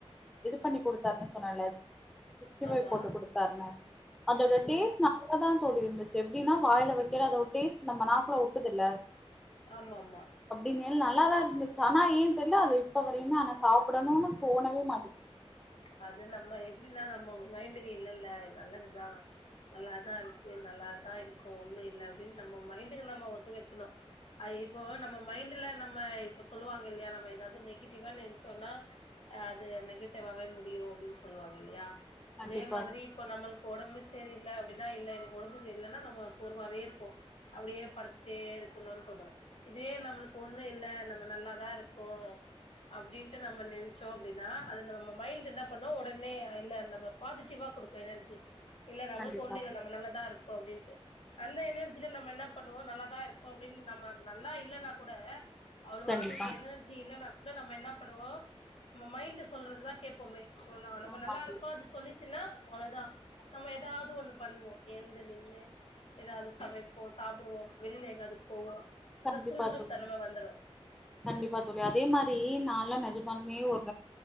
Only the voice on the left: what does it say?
ஆமா
ம்
ஆமா ஆமா
அது நம்ம எப்படின்னா நம்ம மைண்டுக்கு இல்லல்ல இது நல்லதுதா நல்லாதா இருக்கு நல்லாதா இருக்கு ஒண்ணு இல்ல அப்படின்னு நம்ம மைண்டுக்கு நம்ம ஒத்து வைக்கணு ஐ இப்போ நம்ம மைண்ட்ல நம்ம இப்ப சொல்லுவாங்க இல்லையா நம்ம ஏதாவது நெகிட்டிவா நெனச்சோன்னா அ அது நெகட்டிவாவவே முடியு அப்டின்னு சொல்லுவாங்க இல்லையா
அதே மாதிரி இப்ப நம்மள் ஒடம்பு சரி இல்ல அப்படின்னா இல்ல எனக்கு ஒடம்பு சரி இல்லைன்னா நம்ம சோர்வாவே இருப்போ அப்படியே படுத்துட்டே இருக்கணும்னு தோணு இதுவே நம்மளுக்கு ஒண்ணு இல்ல நம்ம நல்லாதா இருக்கோ அப்படின்ட்டு நம்ம நெனச்சோ அப்படின்னா அது நம்ம நம்ம மைண்ட்டு என்ன பண்ணு ஒடனே இல்ல நம்ம பாசிட்டிவா குடுக்கும் எனர்ஜி இல்ல நம்மளுக்கு
ஒண்ணுல்ல நம்ம நல்லதா இருக்கோ அப்டின்ட்டு அந்த எனர்ஜில நம்ம என்ன பண்ணுவோ நல்லாதா இருக்கோ அப்படின்னு நம்ம நல்லா இல்லன்னா கூட அவ்வளோவா
நம்மளுக்கு எனர்ஜி இல்லன்னா கூட நம்ம என்னா பண்ணுவோ நம்ம மைண்ட்டு சொல்றதுதா கேப்போமே இப்போ நம்ம
நல்லாருக்கோ
அது சொல்லிச்சுன்னா அவளதா நம்ம ஏதாவது ஒண்ணு பண்ணுவோ எழுந்து நின்னு ஏதாவது சமைப்போ சாப்புடுவோ வெளில எங்காது போவோ அந்த
சுறுசுறுப்பு
தன்ம வந்துரு